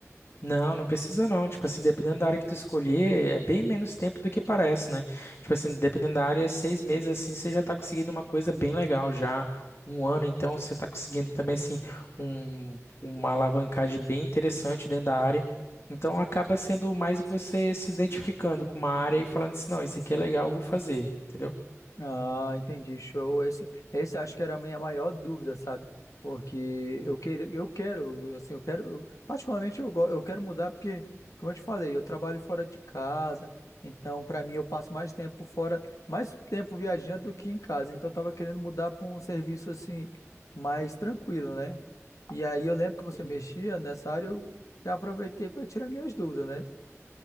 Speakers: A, on the left; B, on the left.
A: Não, não precisa não. Tipo assim, dependendo da área que tu escolher, é bem menos tempo do que parece, né? Tipo assim, dependendo da área, seis meses assim, você já tá conseguindo uma coisa bem legal já. Um ano, então, você tá conseguindo também, assim, um- uma alavancagem bem interessante dentro da área. Então, acaba sendo mais você se identificando com uma área e falando assim, não, isso aqui é legal, eu vou fazer, entendeu?
B: Ah, entendi, show. Esse, esse acho que era a minha maior dúvida, sabe? Porque eu quero, eu quero, assim, eu quero, eu- particularmente eu, go- eu quero mudar porque, como eu te falei, eu trabalho fora de casa, então para mim eu passo mais tempo fora, mais tempo viajando do que em casa. Então eu tava querendo mudar para um serviço assim mais tranquilo, né? E aí eu lembro que você
A: Sim.
B: mexia nessa área, eu já aproveitei para tirar minhas dúvidas, né?